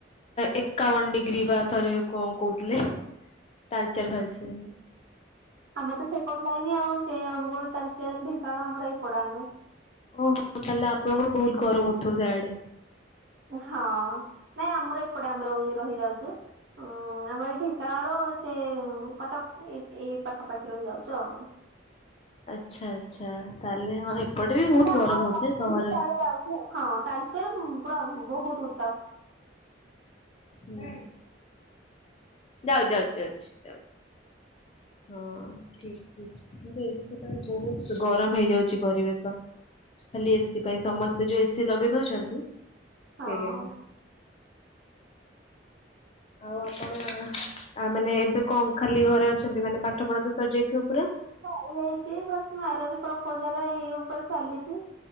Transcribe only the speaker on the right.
ଆମେ ତ ସେପଟ ଲାଇନ ଆଉ ସେଇ ଅନୁଗୁଳ, ତାଲଚେର ଢେଙ୍କାନାଳ ଆମର ଏପଟ ଆମେ
ହଁ ନାଇଁ ଆମର ଏପଟେ ଆମର ରହିଯାଉଛୁ ଉ ଆମର ଏଇ ଢେଙ୍କାନାଳ ସେ କଟକ ଏ ଏଇ ପାଖାପାଖି ରହିଯାଉଛୁ ଆଉ ।
ନାଆ
ଆମେ
କୁଆଡେ ଯାଉଚୁ ହଁ ତାଳଚେର ହଁ ବହୁତ ଉତାପ ।
ହଁ
ଚାଯାଇଛି ବସ ମ୍ୟାରେଜ ପ୍ରପୋଜାଲ ଏଇ ଉପରେ ଚାଲିଛି।